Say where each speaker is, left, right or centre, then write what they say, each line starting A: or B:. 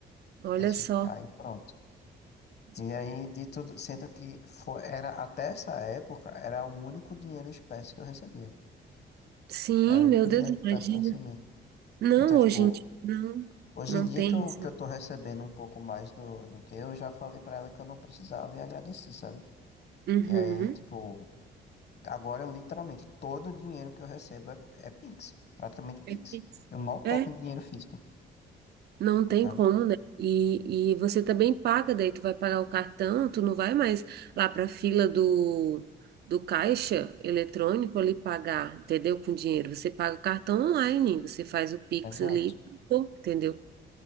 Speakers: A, on the right; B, on the left.
A: olha
B: Desse-
A: só.
B: aí pronto. E aí, de tudo, sendo que foi, era, até essa época, era o único dinheiro em espécie que eu recebia.
A: Sim,
B: Era o
A: meu
B: único
A: Deus,
B: dinheiro
A: imagina.
B: em espécie que eu recebia.
A: Não,
B: Então, tipo,
A: hoje em dia, não,
B: Hoje
A: não
B: em dia
A: tem
B: que eu,
A: isso.
B: que eu tô recebendo um pouco mais do, do que eu, já falei pra ela que eu não precisava e agradeci, sabe?
A: Uhum.
B: E aí, tipo, agora eu literalmente, todo o dinheiro que eu recebo é, é Pix, praticamente Pix.
A: É, isso.
B: Eu mal
A: É,
B: toco em dinheiro físico,
A: não tem
B: sabe?
A: como, né? E, e você também paga, daí tu vai pagar o cartão, tu não vai mais lá para a fila do, do caixa eletrônico ali pagar, entendeu? Com dinheiro. Você paga o cartão online, você faz o Pix
B: Exato,
A: ali, pô, entendeu?